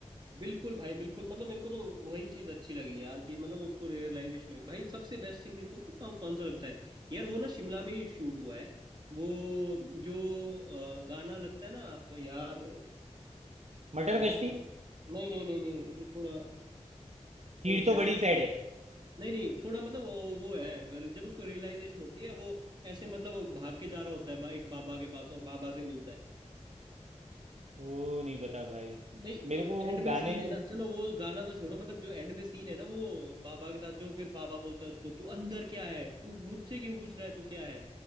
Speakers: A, on the right (about 35°); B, on the right (about 65°).
A: बिल्कुल भाई बिल्कुल मतलब मेरे को तो वही चीज अच्छी लगी यार कि मतलब उसको रियलाइजेशन हुई भाई सबसे बेस्ट सीन मेरे को तो कौन, कौन सा लगता है यार वो ना शिमला में ही शूट हुआ है वो जो अ, गाना लगता है ना आपका यार
B: मटर
A: ना
B: गश्ती
A: नहीं नहीं नहीं नहीं जो थोड़ा
B: भीड़ तो
A: सैड
B: बड़ी साइड है
A: नहीं नहीं थोड़ा मतलब वो, वो है और जब उसको रियलाइजेशन होती है वो ऐसे मतलब वो भाग के जा रहा होता है बा- एक बाबा के पास और बाबा से मिलता है
B: वो नहीं पता भाई
A: नहीं जो
B: मेरे को
A: एंड
B: गाने
A: में सीन है ना चलो वो गाना तो छोड़ो मतलब जो एंड में सीन है ना वो बाबा के साथ जो फिर बाबा बोलता है उसको तू अंदर क्या है तू मुझसे क्यों पूछ रहा है तू क्या है